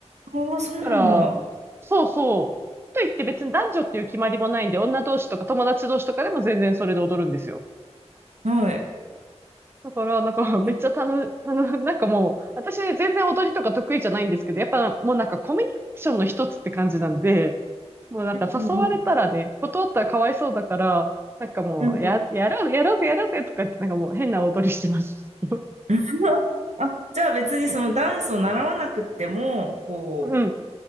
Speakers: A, on the right; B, on the right.
A: ああ、そうなんだ。
B: だから、そうそう。と言って別に男女っていう決まりもないんで、女同士とか友達同士とかでも全然それで踊るんですよ。
A: はい。
B: だから、なんかめっちゃ楽、
A: ね
B: 楽、なんかもう、私全然踊りとか得意じゃないんですけど、やっぱもうなんかコミュニケーションの一つって感じなんで、もうなんか誘われたらね、
A: うんうん
B: 断ったらかわいそうだから、なんかもう、
A: うんうん
B: や、やろう、やろうぜ、やろうぜとか言って、なんかもう変な踊りしてます。<laughs>
A: <laughs> あ、じゃあ別にそのダンスを習わなくっても、こ
B: うん。